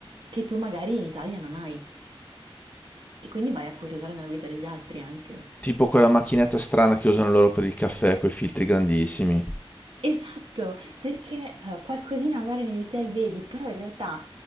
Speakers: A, on the right; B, on the left.
A: che tu magari in Italia non hai e quindi vai a curiosare nella vita degli altri anche.
B: Tipo quella macchinetta strana che usano loro per il caffè coi filtri grandissimi.
A: Esatto, perché allora, qualcosina magari negli hotel vedi, però in realtà